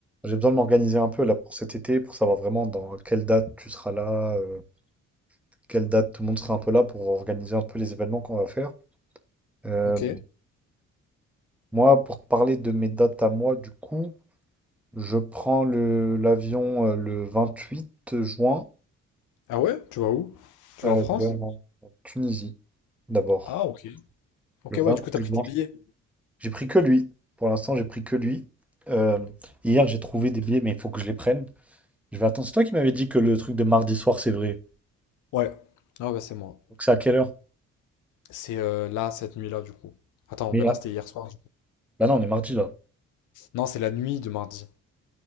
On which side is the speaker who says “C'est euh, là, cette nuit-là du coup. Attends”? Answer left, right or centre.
Left